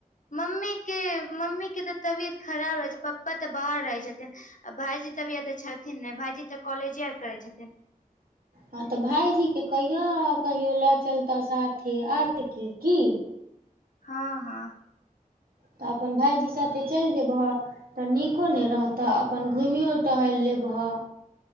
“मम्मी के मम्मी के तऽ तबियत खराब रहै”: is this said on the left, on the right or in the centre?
Left